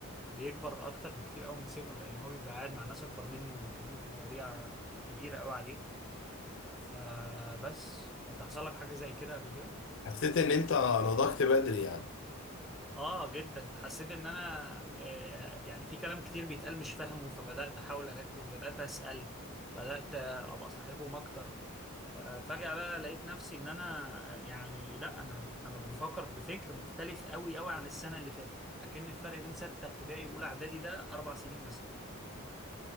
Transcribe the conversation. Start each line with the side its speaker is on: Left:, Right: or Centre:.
Centre: بيكبر أكتر بكتير أوي من سنه لأن هو بيبقى قاعد مع ناس أكبر منه وبيتكلموا في مواضيع كبيرة أوي عليه فبس أنت حصل لك حاجة زي كده قبل كده؟
Left: حسيت ان انت نضجت بدري يعني
Centre: اه جدا حسيت ان انا آه يعني في كلام كتير بيتقال مش فاهمه فبدات احاول اركز بدات اسال بدات ابقى صاحبهم اكتر ففجاه بقى لقيت نفسي ان انا يعني لا انا انا بفكر بفكر مختلف قوي قوي عن السنه اللي فاتت اكن الفرق بين سته ابتدائي واولى اعدادي ده اربع سنين مثلا